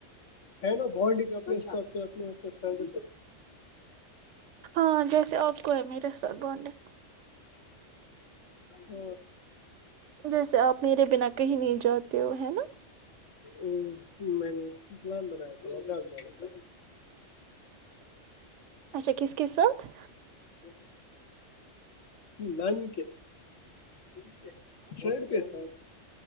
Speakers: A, on the left; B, on the right.
A: ہے نا بانڈ اپنے حساب سے اپنے اپنے فرینڈ
B: ہاں جیسے آپ کو ہے میرے سات بانڈ
A: ہ
B: جیسے آپ میرے بنا کہیں نہیں جاتے ہو ہے نا
A: ہمم میں نے پلان بنایا تھاگ جان کا
B: اچھا کس کس ساتھ
A: یھیک نانی کے ساتھ فرینڈ کے ساتھ